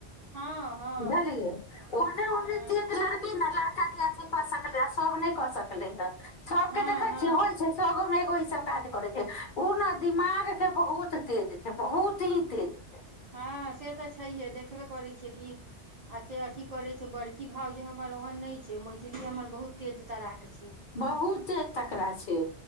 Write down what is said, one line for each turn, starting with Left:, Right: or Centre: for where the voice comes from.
Right: हँ हँ
Left: धलेलिय ओहने ओहने
Right: हँ
Left: तेज लड़की न लड़का अथी कऽ सकलै आ सब नहि कऽ सकलै हन सबके
Right: हँ
Left: देखै
Right: हँ
Left: छिय होल छै सौ गो मे एक ई सब काज करे छै उ ने दिमाग के बहुत तेज छै बहुत ही तेज छै
Right: हँ से तऽ छैहे देखबे करैत छियै कि एते अथी करैत छी बड़की भाउज जे हमर ओहन नहि से मझली हमर बहुत तेज तराक छै
Left: बहुत तकड़रा छै